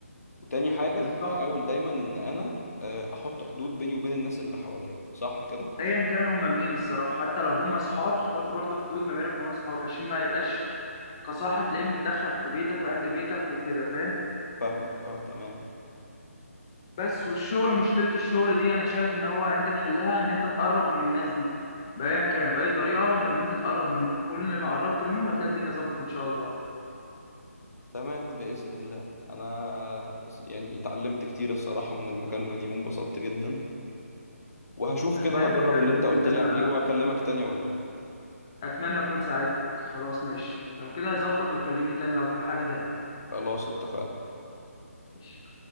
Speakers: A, on the left (about 75°); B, on the left (about 15°).
A: وتاني حاجة
B: بالظبط
A: احاول دايما ان انا آه، احط حدود بيني وبين الناس اللي حواليا صح كده
B: ايا كانوا هما مين الصراحه حتى لو هما اصحاب تحط برضه حدود ما بينك وبين صحابك عشان ما يبقاش كصاحب تلاقيه متدخل في بيتك واهل بيتك وكده فاهم
A: فاهمك اه تمام
B: بس والشغل مشكله الشغل دي انا شايف ان هو انت تحلها ان انت تقرب من الناس دي بايا كان باي طريقه ان انت تقرب منهم كل ما قربت منهم هتلاقي الدنيا ظبطت ان شاء الله
A: تمام بإذن الله انا يعني اتعلمت كتير الصراحة من المكالمة دي وانبسطت جدا وهشوف
B: اتمنى
A: كده هجرب
B: بجد
A: اللي انت قلت
B: ان انا
A: لي عليه واكلمك تاني اقول لك
B: اتمنى اكون ساعدتك خلاص ماشي لو كده ظبط وكلمني تاني لو في حاجة تاني
A: خلاص اتفقنا
B: ماشي